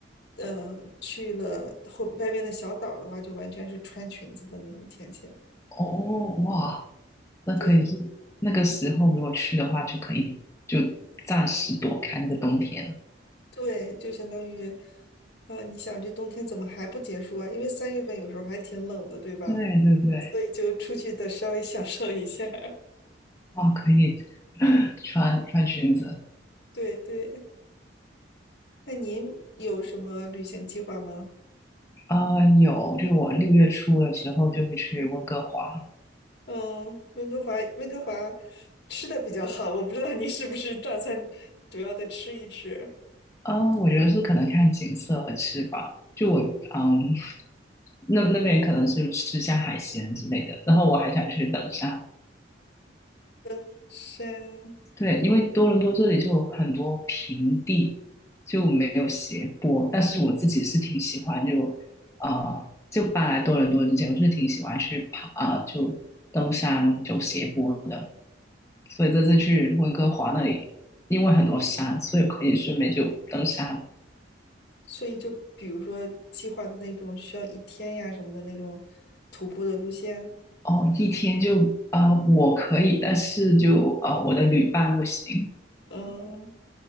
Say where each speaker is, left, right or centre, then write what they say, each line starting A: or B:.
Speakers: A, on the left (about 60°); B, on the left (about 15°).
A: 呃，去了后外边的小岛的话，就完全是穿裙子的那种天气。
B: 哦，哇，那可以是那个时候如果去的话，
A: 对
B: 就可以就暂时躲开那个冬天。
A: 对，就相当于，呃，你想这冬天怎么还不结束啊？因为三月份有时候还挺冷的，对吧？
B: 对对对，
A: 所以就出去的稍微 <laughs> 享受一下儿
B: 哦，可以 <sucks teeth> 穿穿裙子。
A: <laughs> 对对，那您有什么旅行计划吗？
B: 啊、有，就我六月初的时候就会去温哥华。
A: 嗯，温哥华，温哥华吃的比较好，我不知道你是不是大餐主要的吃一吃
B: 啊、我觉得是可能看景色和吃吧。就我嗯，<laughs> 那那边可能是吃下海鲜之类的，然后我还想去登山。
A: 登山，
B: 对，因为多伦多这里就有很多平地，就没有斜坡。但是我自己是挺喜欢就，呃，就搬来多伦多之前，我是挺喜欢去爬，呃，就登山走斜坡的。所以这次去温哥华那里，因为很多山，所以可以顺便就登山。
A: 所以就比如说计划的那种需要一天呀什么的那种徒步的路线，
B: 哦，一天就啊、呃我可以，但是就啊、呃我的旅伴不行，
A: 嗯，